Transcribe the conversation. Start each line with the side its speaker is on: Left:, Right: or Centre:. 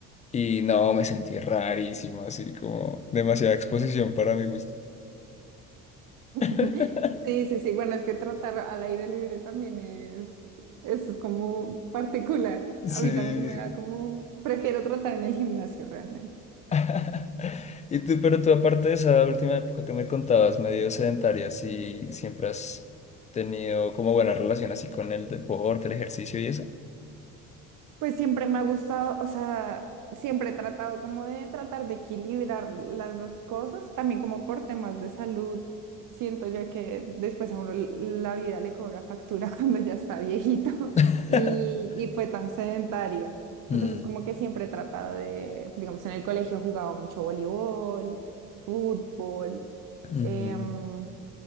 Left: Y no, me sentí rarísimo, así como demasiada exposición para mi gusto.
Right: <laughs>
Left: <laughs>
Right: Sí, sí, sí. Bueno, es que trotar al aire libre también es, es como particular.
Left: Sí.
Right: A mí también me da como, prefiero trotar en el gimnasio realmente.
Left: <laughs> Y tú, pero tú aparte de esa última época que me contabas, medio sedentaria, si siempre has tenido como buena relación así con el deporte, el ejercicio y eso.
Right: Pues siempre me ha gustado, o sea, siempre he tratado como de tratar de equilibrar las dos cosas, también como por temas de salud. Siento yo que después a uno l- la vida le cobra factura <laughs> cuando ya está viejito
Left: <laughs>
Right: y, y fue tan sedentario.
Left: Mm,
Right: Entonces como que siempre he tratado de, digamos, en el colegio jugaba mucho voleibol, fútbol.
Left: ujú.
Right: em,